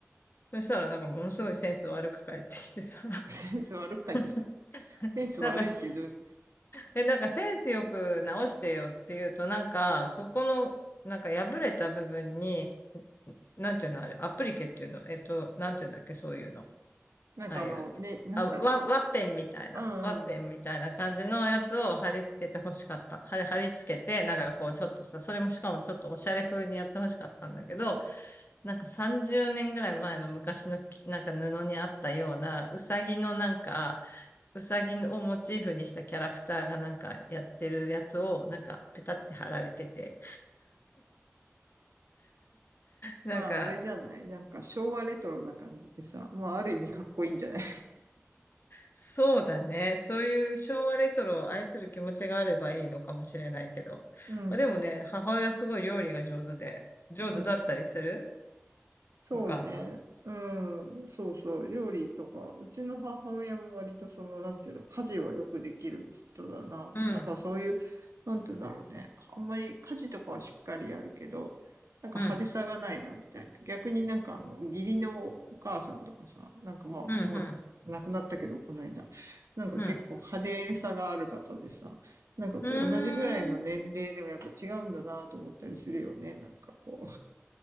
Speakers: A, on the left; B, on the right.
A: そしたらなんかものすごいセンス悪く返ってきてさ、
B: センス悪く帰ってきた。
A: <laughs>
B: センス悪いってどういう、
A: なんか、え、なんかセンスよく直してよって言うと、なんかそこの、なんか破れた部分に、なんていうのあれ、アプリケっていうの、えっと、なんていうんだっけ、そういうの。
B: なんかあの、
A: ああいう。
B: ね、なんだろ
A: あ、ワ、ワッペンみたいな、
B: う。うんうん。
A: ワッペンみたいな感じのやつを貼り付けて欲しかった。貼り、貼り付けて、なんかこうちょっとさ、それもしかもちょっとおしゃれ風にやって欲しかったんだけど、なんか30年ぐらい前の昔のきなんか布にあったような、うさぎのなんか、うさぎをモチーフにしたキャラクターがなんかやってるやつをなんかペタって貼られてて、なんか、
B: まあ、あれじゃないなんか昭和レトロな感じでさ、まあ、ある意味かっこいいんじゃない
A: そうだね。そういう昭和レトロを愛する気持ちがあればいいのかもしれないけど。
B: <laughs> うん。
A: あでもね、母親すごい料理が上手で、上手だったりする
B: うん。そうね。
A: お母さん。
B: うん。そうそう。料理とか、うちの母親も割とその、なんていうの、家事はよくできる人だな。
A: うん、
B: なんかそういう、なんていうんだろうね。あんまり家事とかはしっかりやるけど、なんか派手さがないな、
A: うん、
B: みたいな。逆になんかあの、義理のお母さんとかさ、なんかまあ、
A: うん、
B: もうな、
A: うん、
B: 亡くなったけど、この間。なんか結構派手さがある方でさ、
A: うん。
B: なんかこう、
A: うーん、
B: 同じぐらいの年齢でもやっぱ違うんだなと思ったりするよね。なんかこう。